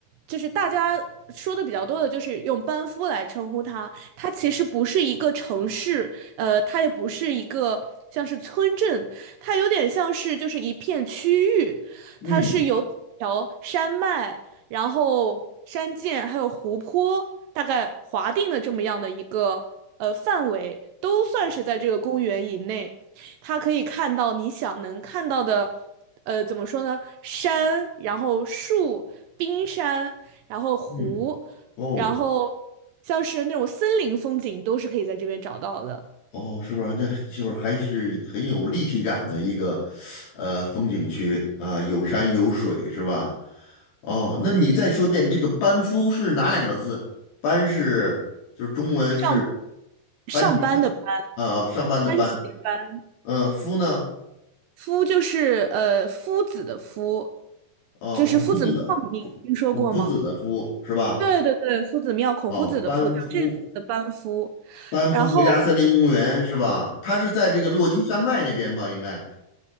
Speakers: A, on the right; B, on the left.
A: 就是大家说的比较多的，就是用班夫来称呼它。它其实不是一个城市，呃，它也不是一个像是村镇，它有点像是就是一片区域，
B: 嗯
A: 它是由几条山脉，然后山涧还有湖泊大概划定的这么样的一个呃范围，都算是在这个公园以内。它可以看到你想能看到的，呃，怎么说呢？山，然后树、冰山，然后湖，
B: 嗯，哦，
A: 然后像是那种森林风景都是可以在这边找到的。
B: 哦，是吧？那就是还是很有立体感的一个，呃，风景区啊，有山有水，是吧？哦，那你再说遍这个班夫是哪两个字？班是就是中文是
A: 上上班的班，
B: 班级的啊，上班的班。
A: 班级的班，
B: 嗯、夫呢？
A: 夫就是呃夫子的夫，
B: 哦，
A: 就是夫子庙，
B: 孔夫子的孔孔夫子的夫是吧？
A: 你听说过吗？对对对，夫子庙，孔夫子的夫叫这个的班夫，
B: 哦，班夫班夫国家森林公园是吧？
A: 然后。
B: 它是在这个落基山脉那边吧？应该。